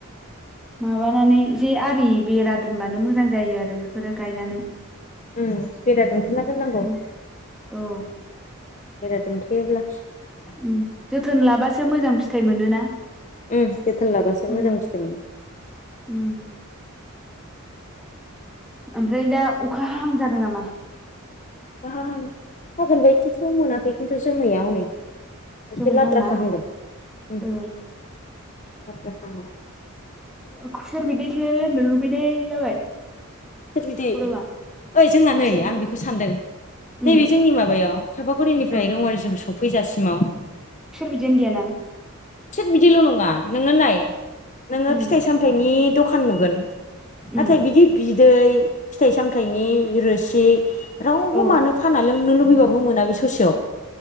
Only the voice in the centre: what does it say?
माबानानै जे आरि बेरा दोनबानो मोजां जायो आरो बेफोरो गायनानै
उम औ
ओम जोथोन लाबासो मोजां फिथाइ मोनोना।
उम
उम ओमफ्राय दा अखा हाहां जादों नामा?
जोमै
दंना
ओ खुसेर बिदैसो लोंनो लुबैनाय जाबाय।
गरमआ
खुसेर
बिदै
उम
औ
बिदैयानो गैयाना
उम
उम
औ